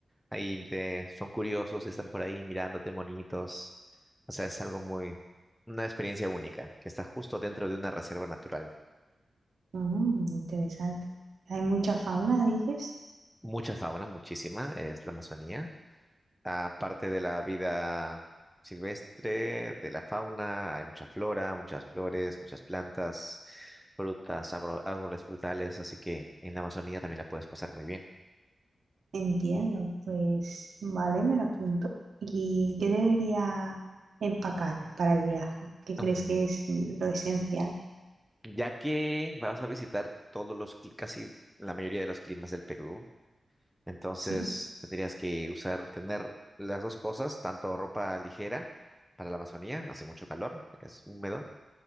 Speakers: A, in the centre; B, on the right.
A: Ahí te- son curiosos, están por ahí mirándote bonitos. O sea, es algo muy, una experiencia única, que está justo dentro de una reserva natural.
B: Mm, interesante. ¿Hay mucha fauna, dices?
A: Mucha fauna, muchísima, es la Amazonía. Aparte de la vida silvestre, de la fauna, hay mucha flora, muchas flores, muchas plantas, frutas, abro- árboles frutales, así que en la Amazonía también la puedes pasar muy bien.
B: Entiendo, pues vale, me lo apunto. ¿Y qué debería empacar para el viaje? ¿Qué crees
A: Mm,
B: que es lo esencial?
A: Ya que vas a visitar todos los, cli- casi la mayoría de los climas del Perú, Entonces
B: Sí,
A: tendrías que usar, tener las dos cosas, tanto ropa ligera para la Amazonía, hace mucho calor, es húmedo,